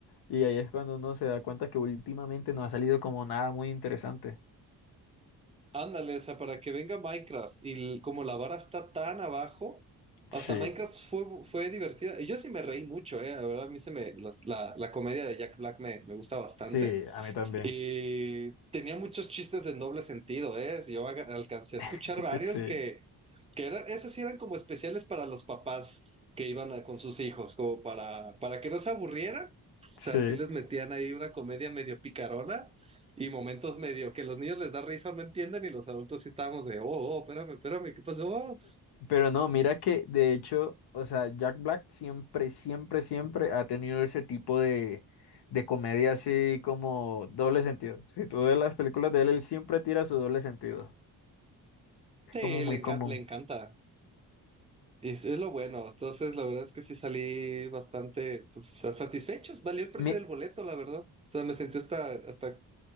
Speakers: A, on the left; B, on the right.
A: Y ahí es cuando uno se da cuenta que últimamente no ha salido como nada muy interesante.
B: Ándale, o sea, para que venga Minecraft y l- como la vara está tan abajo, hasta
A: Sí,
B: Minecraft fue, fue divertida. Y yo sí me reí mucho, eh, la verdad, a mí se me, las- la, la comedia de Jack Black me, me gusta bastante.
A: Sí, a mí también.
B: Y tenía muchos chistes de doble sentido, eh, yo aga- alcancé a escuchar
A: <laughs>
B: varios
A: sí,
B: que Que eran, esos sí eran como especiales para los papás que iban a- con sus hijos, como para, para que no se aburrieran. O
A: sí.
B: sea, sí les metían ahí una comedia medio picarona y momentos medio que los niños les da risa, no entienden, y los adultos sí estábamos de, oh, oh, espérame, espérame, ¿qué pasó?
A: Pero no, mira que de hecho, o sea, Jack Black siempre, siempre, siempre ha tenido ese tipo de, de comedia así como doble sentido. Si tú ves las películas de él, él siempre tira su doble sentido. Es
B: Sí,
A: como muy
B: le,
A: común.
B: enca- le encanta. Y es, es lo bueno. Entonces, la verdad es que sí salí bastante pues, sa- satisfechos. Valió el precio
A: Mi-
B: del boleto, la verdad. O sea, me sentí hasta, hasta,